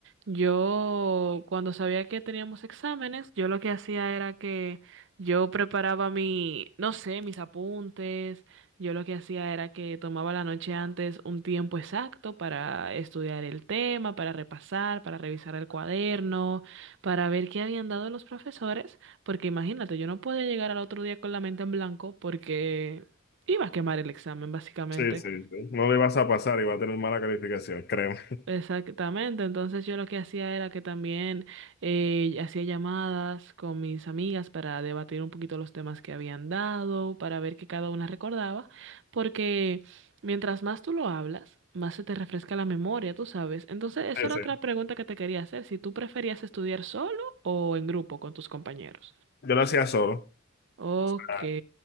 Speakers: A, on the right; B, on the left.
A: yo cuando sabía que teníamos exámenes, yo lo que hacía era que yo preparaba mi, no sé, mis apuntes. Yo lo que hacía era que tomaba la noche antes un tiempo exacto para estudiar el tema, para repasar, para revisar el cuaderno, para ver qué habían dado los profesores, porque imagínate, yo no podía llegar al otro día con la mente en blanco porque iba a quemar el examen, básicamente.
B: Sí, sí, sí. No le vas a pasar y va a tener mala calificación, créeme. <laughs>
A: Exactamente, entonces yo lo que hacía era que también eh, hacía llamadas con mis amigas para debatir un poquito los temas que habían dado, para ver qué cada una recordaba, porque mientras más tú lo hablas, más se te refresca la memoria, tú sabes. Entonces, esa
B: Sí,
A: era
B: sí.
A: otra pregunta que te quería hacer, si tú preferías estudiar solo o en grupo con tus compañeros.
B: Yo lo hacía solo.
A: Ok.
B: Ah,